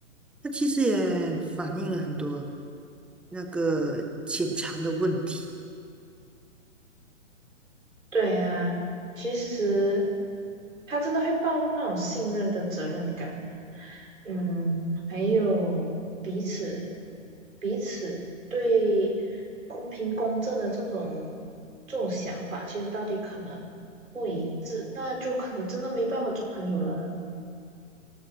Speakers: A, in the centre; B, on the right.
A: 它其实也反映了很多那个潜藏的问题。
B: 对啊，其实他真的会暴露那种信任跟责任感的。嗯，还有彼此彼此对公平公正的这种这种想法，其实到底可能不一致，那就可能真的没办法做朋友了。